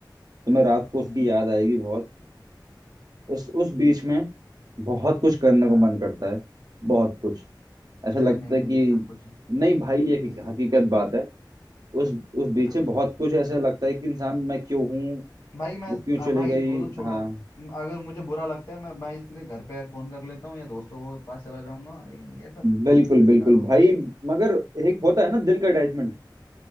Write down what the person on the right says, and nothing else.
तुम्हें रात को
उसकी याद आएगी बहुत उस उस बीच में बहुत कुछ करने
को मन करता है बहुत कुछ ऐसा
लगता
है कि
नहीं भाई
ये हकी- हकीकत बात है उस उस बीच
से
बहुत
कुछ ऐसा लगता है कि इंसान मैं क्यों हूँ
वो क्यों
चली
गई
हाँ
बिल्कुल
बिल्कुल
भाई मगर एक होता है ना दिल का अटैचमेंट